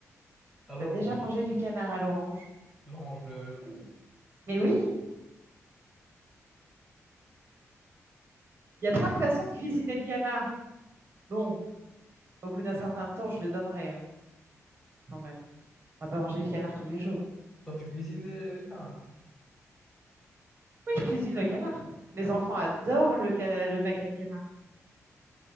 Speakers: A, in the centre; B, on the right.
A: À l'orange?
B: T'as déjà mangé du canard à l'orange?
A: L'orange, le, le fruit?
B: Mais oui, il y a plein de façons de cuisiner le canard. Bon, au bout d'un certain temps, je le donnerai hein, quand même. On va pas manger du canard tous les jours.
A: Toi, tu cuisines les, les canards?
B: Oui, je cuisine le canard. Mes enfants adorent le, cana- le magret de canard.